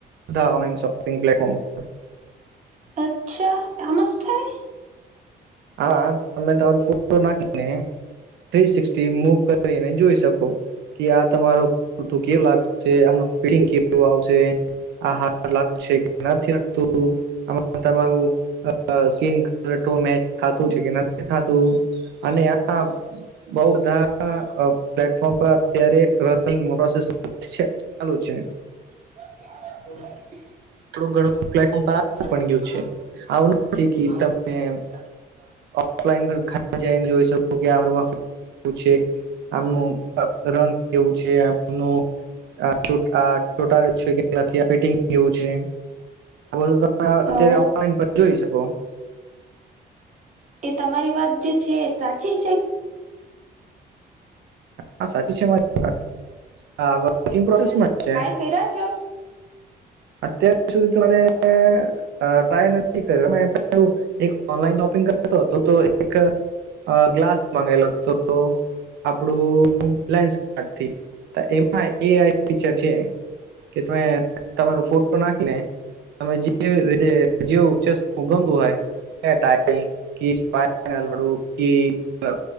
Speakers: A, on the right; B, on the right.
A: <unintelligible> ઓનલાઇન શોપિંગ પ્લેટફોર્મ પર
B: અચ્છા આમાં શું થાય?
A: આમાં તમે તમારું ફોટો નાખીને થ્રી સિક્સટી મુવ કરીને જોઈ શકો કે આ તમારો <unintelligible> કેવું લાગે. છે આનું ફિટિંગ કેવું આવશે. <unintelligible> <unintelligible> બઉ બધા પ્લેટફોર્મ પર અત્યારે રનિંગ પ્રોસેસ છે. ચાલુ છે.
B: <unintelligible>
A: થોડું ઘણું પ્લેટફોર્મ પર આવી
B: <unintelligible>
A: પણ ગયું છે આવું નથી કે તમે ઓફલાઈન પર જને જોઈ શકો કે આ છે. આમનું રંગ કેવું છે આમનું આ છોટ આ છોટા કે છે ફિટિંગ કેવું છે. આ બધું તમે અત્યારે
B: ઓ
A: ઓનલાઈન પણ જોઈ શકો.
B: એ તમારી વાત જે છે એ સાચી છે.
A: હા સાચી છે મારી વાત આ વર્કિંગ પ્રોસેસમાં છે.
B: પહેર્યા છો.
A: અત્યાર સુધી ત્રણે આ ટ્રાય નથી કર્યો મે પેલુ એક ઓનલાઈન શોપિંગ કરતો હતો તો એક આ ગ્લાસ માગેલો હતો. તો આપડું લેન્સ <unintelligible> એમાં એ ઈ ફીચર છે કે તમે તમારો ફોટો નાખીને તમે જ રીતે જેવું <unintelligible> ભુગમ હોય એ <unintelligible> કેશ બાર લડું કે મતલબ